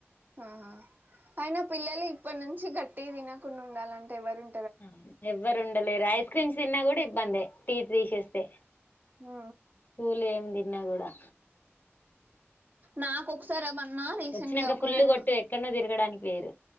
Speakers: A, on the right; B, on the left.
A: ఆహా ఐనా పిల్లలు ఇప్పన్నుంచి గట్టివి దినకుండా ఉండాలంటే ఎవరుం
B: అవున్ ఎవ్వరుండలేరు ఐస్ క్రీమ్స్ దిన్నా గూడ ఇబ్బందే టీత్ దీసేస్తే
A: ఆ
B: కూలేమ్ దిన్నా గూడా
A: నాకొసార మన్నా రీసెంట్
B: వచ్చినాక
A: గా ఒక
B: ఫుల్
A: రెండు
B: కొట్టు ఎక్కడనో తిరగడానికి వేరు